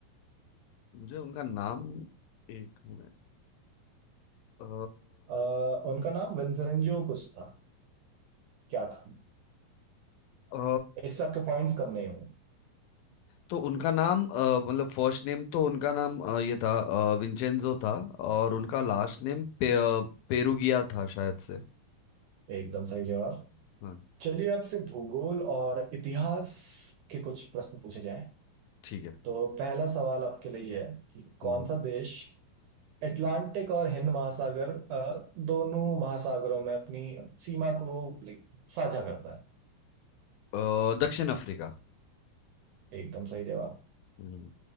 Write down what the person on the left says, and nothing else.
मुझे उनका नाम एक मिनट अ,
अ,
तो उनका नाम अ, मतलब फर्स्ट नेम तो उनका नाम अ, ये था अ, विंचेंजो था और उनका लास्ट नेम पे, अ, पेरुगिया था शायद से
हाँ
ठीक है
हम्म।
अ, दक्षिण अफ्रीका
हम्म।